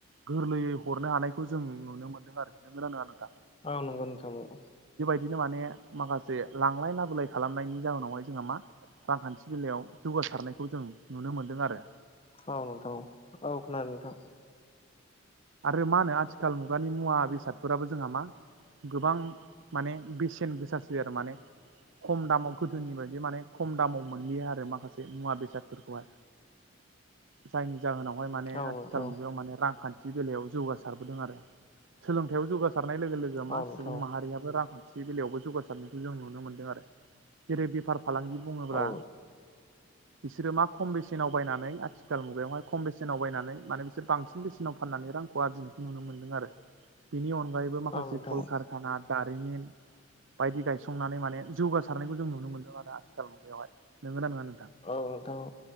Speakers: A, on the right; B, on the left.
A: गोरलैयै हरनो हानायखौ जों नुनो मोनदों आरो नोंगोना नंङा नोंथां?
B: औ नंगौ नोंथां नंगौ।
A: बिदिनो माने माखासे लांलाय लाबोलाय खालामनायनि जाहोनावहाय जोंहा मा रांखान्थि बेलायाव जौगासारनायखौ जों नुनो मोन्दों आरो
B: औ नोंथां औ औ खोनादों नोंथां
A: आरो मा होनो आथिखाल मुगानि मुवा बेसादफोराबो जोंहा मा गोबां माने बेसेन गोसासै आरो माने खम दामाव गोदोनि बायदि माने खम दामाव मोनलियो आरो माखासे मुवा बेसादफोरखौहाय जायनि जाहोनावहाय माने
B: औ
A: आथिखाल
B: नोंथां
A: मुगायाव माने रांखान्थि बेलायाव जौगासार नुदों आरो सोलोंथायाव जौगासारनाय लोगो लोगो
B: औ
A: मा
B: नोंथां
A: सुबुं
B: औ नोंथां
A: माहारियाबो रांखान्थि बेलायावबो जौगासारनायखौ जों नुनो मोनदों आरो जेरै बेफार फालांगि बुङोब्ला
B: औ
A: बिसोरो मा खम बेसेनाव बायनानै आथिखाल मुगायावहाय खम बेसेनाव बायनानै माने बिसोर बांसिन बेसेनाव फाननानै रांखौ आरजिनायखौ नुनो मोन्दों आरो बेनि अनगायैबो माखासे
B: नोंथां
A: कलकारखाना दारिमिन बायदि गायसंनानै माने जौगासारनायखौ जों नुनो मोनदों आरो आथिखाल मुगायावहाय नोंगोना नङा नोंथां
B: औ नोंथां औ